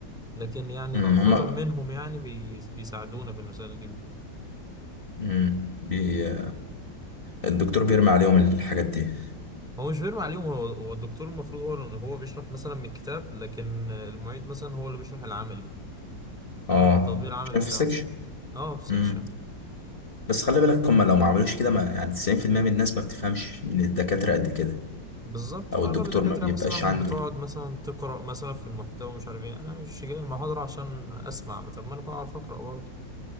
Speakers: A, in the centre; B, on the left (about 35°).
A: لكن يعني
B: مم.
A: رأفة
B: هما
A: منهم يعني بي- بيساعدونا في المسائل دي
B: مم. بي... الدكتور بيرمي عليهم الحاجات دي
A: هو مش بيرمي عليهم هو هو الدكتور المفروض هو اللي- هو بيشرح مثلا من الكتاب لكن المعيد مثلا هو اللي بيشرح العملي تمام
B: اه
A: التطبيق العملي
B: عشان
A: بتاعه
B: في سكشن
A: اه سيكشن
B: مم. بس خلي بالك هما لو ما عملوش كده ما يعني 90% من الناس ما بتفهمش من الدكاترة قد كده
A: بالظبط
B: او
A: واغلب
B: الدكتور
A: الدكاتره
B: ما بيبقاش
A: مثلا
B: عنده
A: بتقعد
B: ال-
A: مثلا تقرا مثلا في المحتوى مش عارف ايه انا مش جاي المحاضره عشان اسمع ما طب ما انا بعرف اقرا برضه